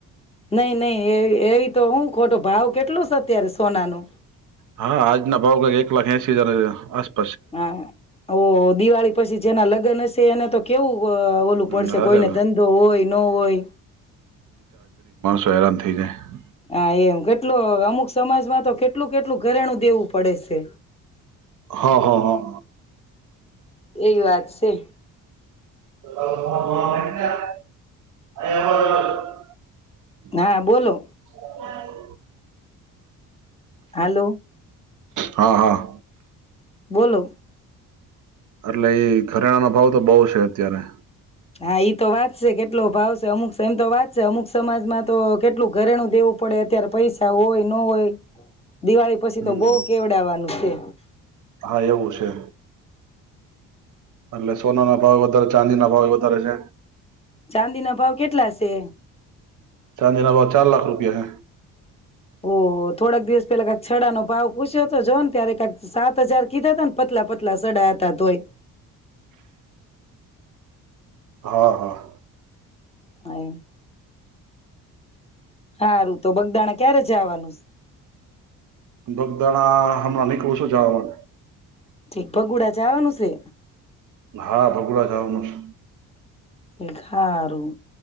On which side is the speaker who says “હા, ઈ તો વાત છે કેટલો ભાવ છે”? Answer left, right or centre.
Left